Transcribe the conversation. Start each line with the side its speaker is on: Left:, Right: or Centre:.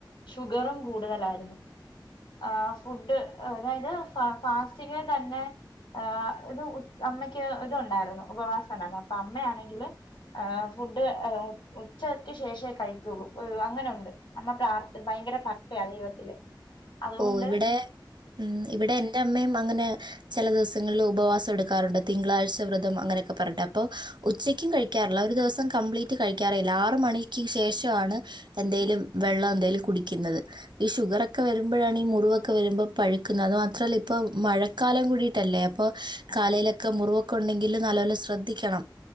Left: ഷുഗറും കൂടുതലായിരുന്നു ആഹ് ഫുഡ് അതായത് ഫ ഫാസ്റ്റിങ്ങിൽ തന്നെ ആഹ് ഇത് അമ്മയ്ക്ക് ഇത് ഒണ്ടായിരുന്നു ഉപവാസം ഉണ്ടായിരുന്നു അപ്പോ അമ്മയാണെങ്കിൽ ഫുഡ് ഉച്ചക്ക് ശേഷേ കഴിക്കുള്ളൂ അങ്ങനെ ഉണ്ട്. അമ്മ പ്രാർത്ഥ ഭയങ്കര ഭക്തയാ ദൈവത്തില്. അതുകൊണ്ട്
Right: ഓ ഇവിടെ ഉം ഇവിടെ എന്റെ അമ്മയും അങ്ങനെ ചില ദിവസ ങ്ങളിൽ ഉപവാസ എടുക്കാറുണ്ട് തിങ്കളഴ്ച വ്രതം അങ്ങനെയൊക്കെ പറഞ്ട്ട് അപ്പോ ഉച്ചക്കും കഴിക്കാറില്ല. ഒരു ദിവസം കംപ്ലീറ്റ് കഴിക്കാറില്ല ആറ് മണിക്ക് ശേഷം ആണ് എന്തേലും
Left: ഉം
Right: വെള്ളം എന്തേലും കുടിക്കുന്നത് ഈ ഷുഗറൊക്കെ വരുമ്പോഴാ പണി മുറിവൊക്കെ വരുമ്പോ പഴുക്കുന്ന അത് മാത്രമല്ല ഇപ്പോ മഴക്കാലം കൂടിട്ടല്ലേ അപ്പോ
Left: അതെ
Right: കാലയിലൊക്കെ മുറുവൊ ഉണ്ടെങ്കിൽ നല്ലപോലെ ശ്രദ്ധിക്കണം